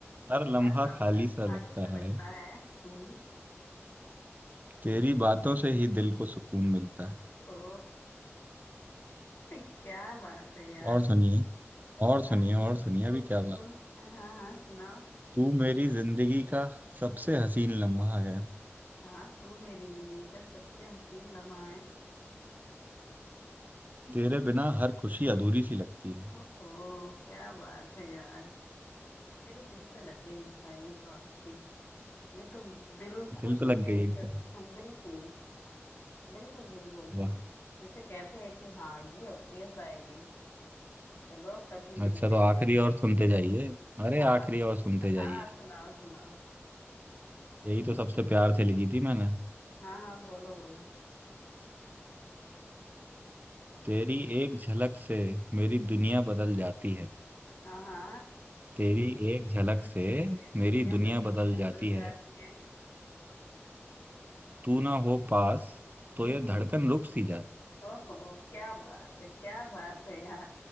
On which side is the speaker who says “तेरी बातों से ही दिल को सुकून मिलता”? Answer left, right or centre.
Right